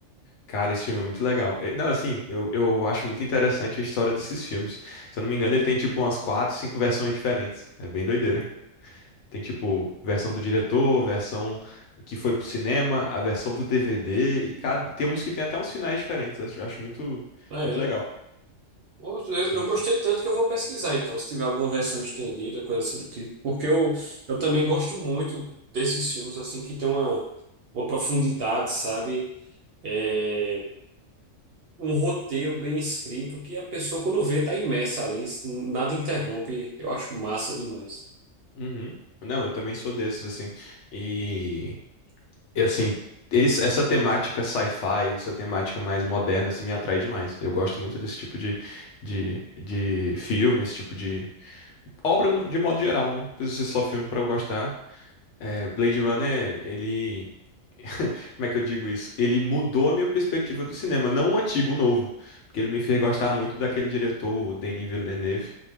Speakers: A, on the left; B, on the right.
A: cara, esse filme é muito legal. Eh, Não, assim, eu, eu acho muito interessante a história desses filmes. Se eu não me engano, ele tem tipo umas quatro, cinco versões diferentes. É bem doideira. Tem tipo versão do diretor, versão que foi pro cinema, a versão do DVD e cada tem uns que tem até uns finais diferentes. Acho, acho muito
B: É,
A: muito legal.
B: Poxa, Eu,
A: Sim,
B: eu gostei
A: sim.
B: tanto que eu vou pesquisar, então, se tiver alguma versão estendida, coisa assim do tipo. Porque eu, eu também gosto muito desses filmes, assim, que tem uma, uma profundidade, sabe? É, um roteiro bem escrito que a pessoa, quando vê, tá imersa ali, nada interrompe. Eu acho massa demais.
A: Uhum. Não, eu também sou desses assim. E, e assim, esse- essa temática sci-fi, essa temática mais moderna assim me atrai demais. Eu gosto muito desse tipo de de, de filme, esse tipo de obra no- de modo geral, não precisa ser só filme pra eu gostar. É, Blade Runner, ele <laughs> Como é que eu digo isso? Ele mudou a minha perspectiva do cinema, não o antigo, o novo. Porque ele me fez gostar muito daquele diretor, o Denis Villeneuve.